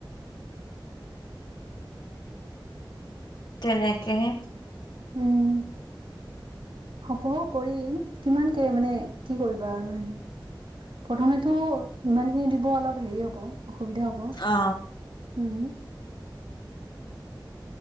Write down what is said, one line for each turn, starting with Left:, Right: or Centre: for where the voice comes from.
Left: তেনেকে হে
Right: উম হ'ব কৰিম কিমানকে মানে কি কৰিবা আৰু হে প্ৰথমেতো ইমানখিনি দিব অলপ হেৰি হব অসুবিধা হ'ব।
Left: অ
Right: হম হম